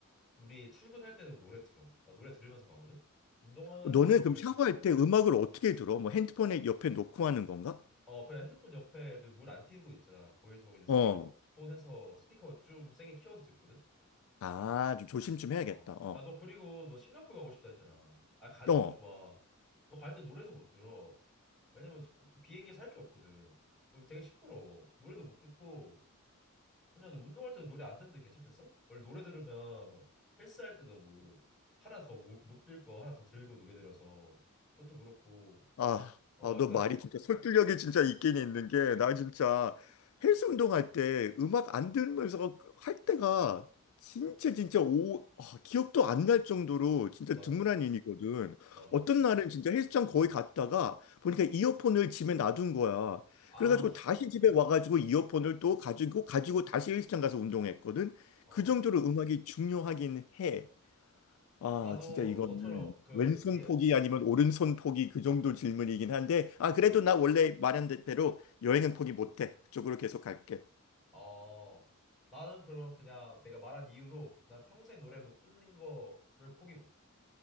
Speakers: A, in the centre; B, on the left (about 65°).
A: 우리 출근할 때도 노래 틀어. 나 노래 들으면서 가거든. 운동하면서도
B: 너는 그럼
A: 노래
B: 샤워할
A: 듣고.
B: 때 음악을 어떻게 들어? 뭐 핸드폰에 옆에 놓고 하는 건가?
A: 어 그냥 핸드폰 옆에 그 물 안 튀는 곳 있잖아. 거기서 그냥 스피커폰
B: 어.
A: 해서 스피커 좀 세게 키워서 듣거든.
B: 아, 좀 조심 좀 해야겠다.
A: 어.
B: 어.
A: 야, 너 그리고 너 싱가포르 가고 싶다 했잖아. 아 가는
B: 어.
A: 건 좋아. 너 갈 때 노래도 못 들어. 왜냐면 그, 그 비행기에서 할 게 없거든. 그리고 되게 시끄러워. 노래도 못 듣고 그냥 너 운동할 때도 노래 안 듣는데 괜찮겠어? 원래 노래 들으면 헬스 할 때도 뭐 하나 더 못 들 거 하나 더 들고 노래 들어서 그것도 그렇고
B: 아,
A: 어
B: 아,
A: 약간
B: 너 말이 진짜 설득력이 진짜
A: 어,
B: 있긴 있는 게, 나
A: 야,
B: 진짜 헬스 운동할 때 음악 안 들으면서 할 때가 진짜 진짜 오, 아, 기억도 안 날 정도로 진짜
A: 맞아
B: 드문한 일이거든.
A: 맞아
B: 어떤
A: 맞아
B: 날은 진짜 헬스장 거의 갔다가 보니까 이어폰을 집에 놔둔 거야.
A: 아
B: 그래가지고 다시 집에 와가지고 이어폰을 또 가지고 가지고 다시 헬스장 가서 운동했거든.
A: 어
B: 그 정도로 음악이 중요하긴 해. 아,
A: 나도
B: 진짜 이거는
A: 너처럼 그,
B: 왼손
A: 예,
B: 포기 아니면
A: 어,
B: 오른손 포기 그 정도 질문이긴 한데, 아, 그래도
A: 어,
B: 나 원래 말한 대로 여행은 포기 못해. 그쪽으로 계속 갈게.
A: 어. 나는 그럼 그냥 내가 말한 이유로 난 평생 노래 못 듣는 거를 포기 못해.